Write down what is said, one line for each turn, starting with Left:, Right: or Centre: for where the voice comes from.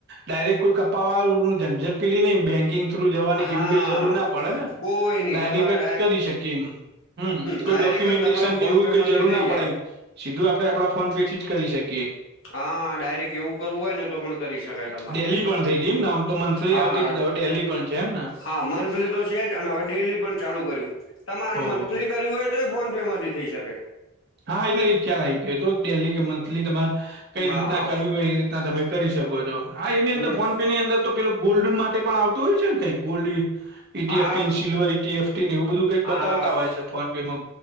Right: ડાયરેક્ટ કોઈ પાવાું ઝટ પીલી નહી બેંક ંગ થ્રુ જવાની
Left: હા
Right: કેવી કઈ જરૂર ના પડે ને,
Left: કોઈ નહી
Right: ડાયરેક્ટ
Left: તમારે
Right: જ કરી શકીએ એમ. હમ કોઈ
Left: ડાયરેક્ટ
Right: ડોક્યુમેન્ટેશન
Left: જ તમારો
Right: કે
Left: ફોન
Right: એવીું
Left: પે
Right: કઈ
Left: માંથી
Right: જરૂર
Left: થઈ
Right: ના
Left: જાય
Right: પડે એમ. સીધું આપડણે આપણા ફોન પે થી જ કરી શકીએ.
Left: હા ડાયરેક્ટ એવું કરવું હોય ને તો પણ કરી શકાય તમારે
Right: ડેલી પણ થઈ ગઈ એમ આમ તો મંથલી
Left: હા
Right: આવતી હ ડેલી. પણ છે એમને?
Left: હા મંથલી તો છેજ અને હવે ડેલી પણ ચાલુ કર્યું, તમારે
Right: ઓહો!
Left: મંથલી કર્યું હોય તો ફોન પે માંથી થઈ શકે.
Right: હા એટલે એ ખ્યાલ આવી ગયો હતો ડેલી કે મંથલી, તમારે કઈ
Left: હા
Right: રીતના
Left: હા
Right: કરવી હોય એ તમે કરી શકો છો, હા એની
Left: હમ
Right: અંદર ફોન પે ની અંદર તો પેલો ગોલ્ડન માટે પણ આવતું હોય છે ને કઈ ગોલ્ડ. ઈટીએફટી
Left: હા
Right: સિલ્વર ઇટીએફટી એવું બધું કંઈ
Left: હા
Right: બતાવતા હોય છે ફોન પેમાં.